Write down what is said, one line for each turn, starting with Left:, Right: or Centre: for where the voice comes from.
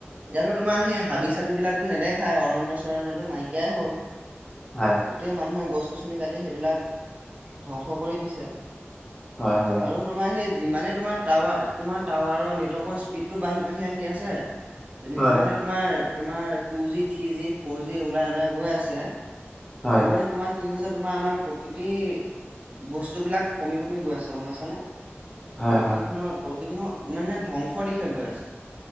Right: এতিয়াতো তোমাৰ সেই হাবি- চাবি বিলাকটো নেদেখায় অৰণ্য- চৰণ্যতো নাইকিয়াই হ'ল।
Left: হয়।
Right: গোটেই মানুহে গছ- গছনি কাটি সেইবিলাক ধ্বংস কৰি দিছে।
Left: হয়- হয়।
Right: আৰু তোমাৰ সেই যিমানে তোমাৰ টাৱা এ, তোমাৰ টাৱাৰৰ নেটৱৰ্ক স্পীডটো বাঢ়ি বাঢ়ি আহি আছে
Left: হয়
Right: যিমানে তোমাৰ- তোমাৰ two G, three G, four G ওলাই- ওলাই গৈ আছে
Left: হয়
Right: সিমানে
Left: হয়
Right: তোমাক কি হৈছে তোমাৰ আমাৰ প্ৰকৃতিৰ বস্তুবিলাক কমি কমি গৈ আছে গম পাইছানে?
Left: হয়
Right: প্ৰকৃতিখনৰ-
Left: হয়
Right: প্ৰকৃতিখন মানে ধ্বংসৰ দিশে গৈ আছে।